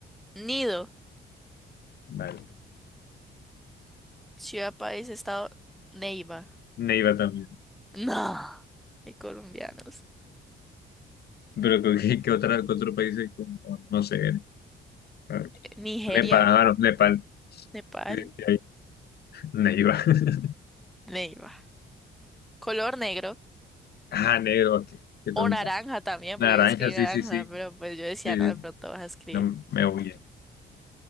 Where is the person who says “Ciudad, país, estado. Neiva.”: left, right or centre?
Centre